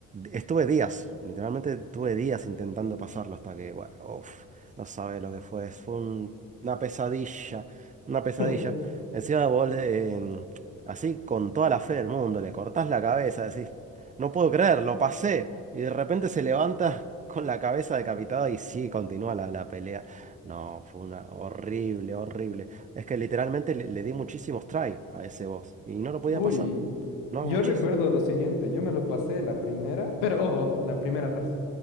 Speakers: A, on the right (about 20°); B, on the left (about 75°).
A: estuve días, literalmente tuve días intentando pasarlo hasta que, bueno, uf, no sabes lo que fue, fue un- una pesadilla, una pesadilla.
B: <laughs>
A: Encima vos, le- en- así con toda la fe del mundo, le cortás la cabeza, decís, no puedo creer, lo pasé. Y de repente se levanta con la cabeza decapitada y sí, continúa la, la pelea. No, fue una horrible, horrible. Es que literalmente le, le di muchísimos try a ese box y no lo podía
B: Uy,
A: pasar. No,
B: yo
A: muchísimo.
B: recuerdo lo siguiente, yo me lo pasé la primera, pero ojo, ojo, la primera fase.